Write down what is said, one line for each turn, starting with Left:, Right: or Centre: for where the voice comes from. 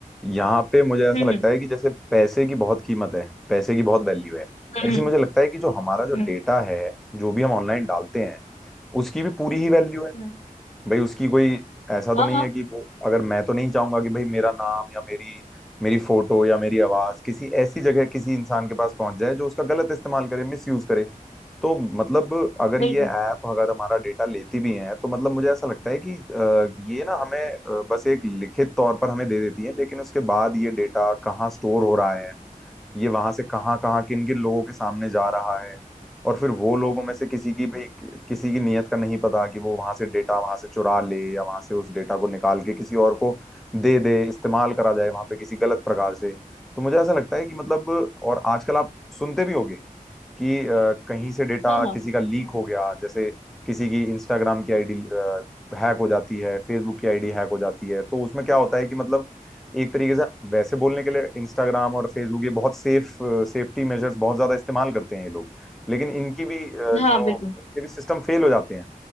Centre: यहाँ पे मुझे ऐसा
Left: हम्म
Centre: लगता है कि जैसे पैसे की बहुत कीमत है पैसे की बहुत वैल्यू है
Left: हम्म
Centre: ऐसे
Left: हम्म
Centre: ही मुझे लगता है कि जो हमारा जो
Left: हम्म।
Centre: डेटा है जो भी हम ऑनलाइन डालते हैं उसकी भी पूरी ही वैल्यू है
Left: हम्म
Centre: भाई उसकी कोई ऐसा तो
Left: हाँ
Centre: नहीं
Left: हाँ
Centre: है कि वो अगर मैं तो नहीं चाहूंगा कि भाई मेरा नाम या मेरी मेरी फोटो या मेरी आवाज किसी ऐसी जगह किसी इंसान के पास पहुंच जाए जो उसका गलत इस्तेमाल करे मिस यूज करे तो मतलब अगर
Left: बिल्कुल
Centre: ये ऐप अगर हमारा डेटा लेती भी है तो मतलब मुझे ऐसा लगता है कि अ, ये ना हमें अ, बस एक लिखित तौर पर हमें दे देती है लेकिन उसके बाद ये डेटा कहाँ स्टोर हो रहा है ये वहां से कहाँ कहाँ किन किन लोगों के सामने जा रहा है और फिर वो लोगों में से किसी की भी किसी की नीयत का नहीं पता कि वो वहां से डेटा वहां से चुरा ले या वहां से उस डेटा को निकाल के किसी और को दे दे इस्तेमाल करा जाए वहां पे किसी गलत प्रकार से तो मुझे ऐसा लगता है कि मतलब और आजकल आप सुनते भी होगे कि अ, कहीं से डेटा
Left: हाँ हाँ
Centre: किसी का लीक हो गया जैसे किसी की इंस्टाग्राम की आईडी हैक हो जाती है फेसबुक की आईडी हैक हो जाती है तो उसमें क्या होता है कि मतलब एक तरीके से वैसे बोलने के लिए इंस्टाग्राम और फेसबुक ये बहुत सेफ सेफ्टी मेजर्स बहुत ज्यादा इस्तेमाल करते हैं ये लोग लेकिन इनकी भी अ,
Left: हाँ
Centre: जो
Left: बिल्कुल
Centre: इनके भी सिस्टम फेल हो जाते हैं